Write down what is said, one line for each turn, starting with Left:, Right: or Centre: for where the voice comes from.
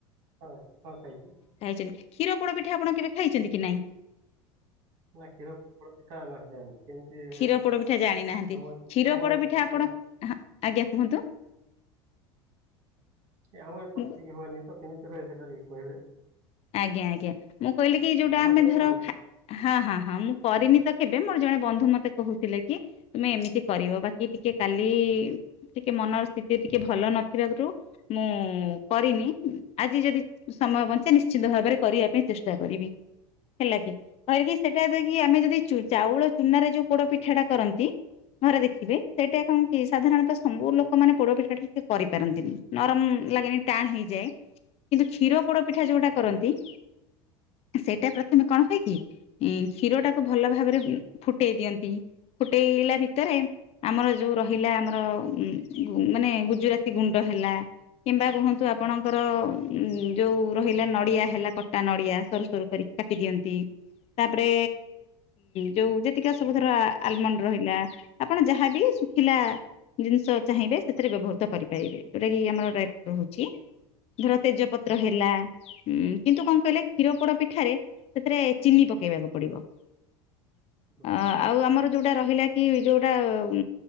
Right: ହଁ ହଁ ଖାଇଛି।
Left: ଖାଇଛନ୍ତି କ୍ଷୀର ପୋଡ ପିଠା ଆପଣ କେବେ ଖାଇଛନ୍ତି କି ନାଇଁ?
Right: ନା କରମ ପଥାା ନ ଜା <unintelligible> କେମତିଥିଲା
Left: କ୍ଷୀର ପୋଡପିଠା ଜାଣିନାହାନ୍ତି
Right: <unintelligible> ଆମ
Left: କ୍ଷୀର
Right: ଆମ
Left: ପୋଡପିଠା
Right: ଏଠ
Left: ଆପଣ ଆଜ୍ଞା କୁହନ୍ତୁ
Right: ଆମ ଏପଟେ
Left: ମୁଁ
Right: ଟିକେ ହୁଏନି ତ କେମିତି ହୁଏ ସେଇଟା ଟିକେ କହିବେ?
Left: ଆଜ୍ଞା ଆଜ୍ଞା ମୁଁ କହିଲି କି ଯୋଉଟା
Right: ଆପଣ
Left: ଆମେ
Right: ଜାଣିଛନ୍ତି
Left: ଧର ହଁ ହଁ ହଁ ମୁଁ କରିନି ତ କେବେ ମୋର ଜଣେ ବନ୍ଧୁ ମତେ କହୁଥିଲେ କି ତୁମେ ଏମିତି କରିବ ବାକି ଟିକେ କାଲି ଟିକେ ମନର ସ୍ଥିତି ଟିକେ ଭଲ ନଥିବାରୁ ମୁଁ କରିନି ଆଜି ଯଦି ସମୟ ବଞ୍ଚେ ନି ନିଶ୍ଚିନ୍ତ ଭାବରେ କରିବା ପାଇଁ ଚେଷ୍ଟା କରିବି। ହେଲା କି କହିଲିକି ସେଇଟା ଯକି ଆମେ ଯଦି ଚାଉଳ ଚୁନାରେ ଯୋଉ ପୋଡ ପିଠାଟା କରନ୍ତି- - ଘରେ ଦେଖିବେ ସେଇଟା କଣ କି ସାଧାରଣତଃ ସବୁ ଲୋକମାନେ ପୋଡପିଠା ଟା ଟିକେ କରିପାରନ୍ତିନି। ନରମ ଲାଗେନି ଟାଣ ହେଇଯାଏ କିନ୍ତୁ କ୍ଷୀର ପୋଡ ପିଠା ଯୋଉଟା
Right: ହଁ
Left: କରନ୍ତି ସେଇଟା ପ୍ରଥମେ କଣ ହୁଏ କିି ଉଁ କ୍ଷୀର ଟାକୁ ଭଲ ଭାବରେ ଫୁଟେଇ ଦିଅନ୍ତି ଫୁଟେଇଲା ଭିତରେ ଆମର ଯୋଉ ରହିଲା ଆମର ଉ ମାନେ ଗୁଜୁରାତି ଗୁଣ୍ଡ ହେଲା କିମ୍ବା କୁହନ୍ତୁ ଆପଣଙ୍କର ଉ ଯୋଉ ରହିଲା ନ ନଡିଆ ହେଲା କଟା ନଡିଆ ସରୁ ସରୁ କରିକି କାଟି ଦିଅନ୍ତି ତାପରେ ଯୋଉ ଯେତିକି ସବୁ ଧର ଆଲମଣ୍ଡ ରହିଲା ଆପଣ ଯାହାବି ଶୁଖିଲା ଜିନିଷ ଚାହିଁବେ ସେଥିରେ ବ୍ୟବହୃତ କରିପାରିବେ ଯୋଉଟା କିି ଆମର ଡ୍ରାଇଫୁଡ୍‌ ରହୁଛି ଧର ତେଜପତ୍ର ହେଲା ହୁଁ କିନ୍ତୁ କଣ କହିଲେ କ୍ଷୀର ପୋଡ ପିଠାରେ ସେଥିରେ ଚିନି ପକେଇବାକୁ ପଡିବ <inaudible>
Right: ହଁ।
Left: ଆଉ ଆମର ଯୋଉଟା ରହିଲା କି ଯୋଉଟା ଉ